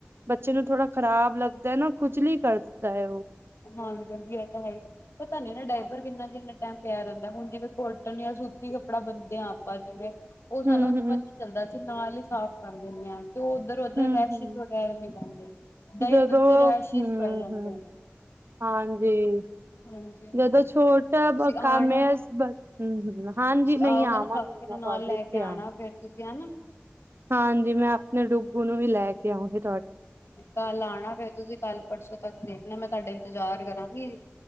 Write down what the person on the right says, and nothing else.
ਬੱਚੇ ਨੂੰ ਥੋੜ੍ਹਾ ਖ਼ਰਾਬ ਲੱਗਦਾ ਐ ਨਾ, ਖੁਜਲੀ ਕਰਦਾ ਹੈ ੳ।
ਹਮ
ਹਮ
ਹਮ
ਹਮ
ਜਦੋਂ
ਹੂੰ
ਹੂੰ
ਹਾਂਜੀ।
ਜਦੋਂ ਛੋਟਾ
ਬ
ਕੰਮ ਏ ਬਸ ਹੂੰ-ਹੂੰ ਨਾ- ਹਾਂਜੀ,
ਨਹੀਂ
ਆਵਾਂਗੀ,
ਮੈਂ
ਕਾਲੇਜ
ਤੇ
ਆ
ਹਾਂਜੀ, ਮੈਂ ਆਪਨੇ ਡੁੱਗੂ ਨੂੰ ਵੀ ਲੈ ਕੇ ਆਓਗੀ।